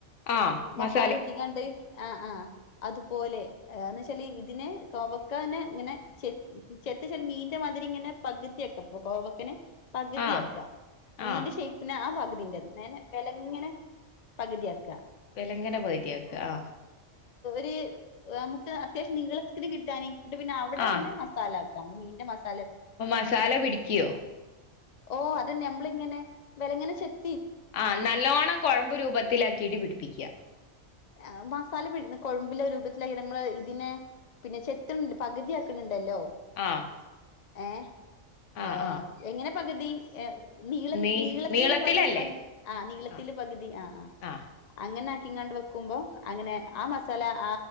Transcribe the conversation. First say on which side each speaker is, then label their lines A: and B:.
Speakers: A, on the left (about 75°); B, on the left (about 45°).
A: ആഹ മസ്
B: <unintelligible> ഒട്ടിക്കാണ്ട് ആ ആഹ് അതുപോലെ എന്ന് വെച്ചാല് ഇതിനെ കോവക്കേനെ ഇങ്ങനെ ചെത് ചെത് <unintelligible> മീന്റെ മാതിരി ഇങ്ങെനെ പകുതിയാകും ഒ കോവക്കെനെ പകുതിയക്കെ
A: ആഹ്
B: മീന്റെ
A: ആഹ്
B: ഷേപ്പിനെ ആ പകു ഇതിൻ്റെ നെന വെലങ്ങനെ പകുതിയാക്കുക.
A: വെലങ്ങന പകുതിയാക്ക് ആ
B: ത് നമുക്ക് അത്യാവശ്യം നീളത്ത്ക്ക് ഇതുക്കിട്ടാന് ട്ട് പിന്നെ അവിടെ
A: ആഹ്
B: പിന്നെ മസാലാക് <unintelligible> മീന്റെ മസ്
A: അപ്പൊ മസാല പിടിക്യോ?
B: ഓ അതന്നെ നമ്മളിങ്ങനെ വെലങ്ങനെ ചെത്
A: ആഹ് നല്ലോണം കൊഴമ്പ് രൂപത്തിലാക്കിയിട്ട് പിടിപ്പിക്ക്യ
B: ആ മസാലപ്പിടുന്ന കൊഴമ്പിലെ രൂപത്തിലായി നമ്മൾ ഇതിനെ പിന്നെ ചെത്തണണ്ട് പകുതിയാക്ക്ണ് ണ്ടല്ലോ
A: ആഹ്
B: ഏ
A: ആഹ്
B: ഏഹ്
A: ആഹ്
B: എങ്ങനെ പകുതി നീളത്ത്
A: നീ
B: നീളത്തിന്
A: നീളത്തിലല്ലേ
B: പതു പകുതി ആ നീളത്തില്
A: ആഹ്
B: പകുതി ആ ആ
A: ആഹ്
B: അങ്ങനെ ക്കിങ്ങാണ്ട് വെക്കുമ്പോ അങ്ങനെ ആ മസാല ആ